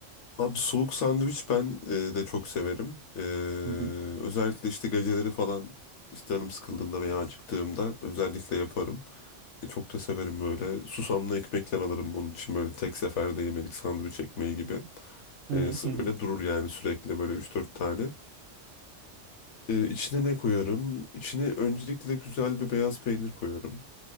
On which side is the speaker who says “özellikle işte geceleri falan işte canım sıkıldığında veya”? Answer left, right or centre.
Left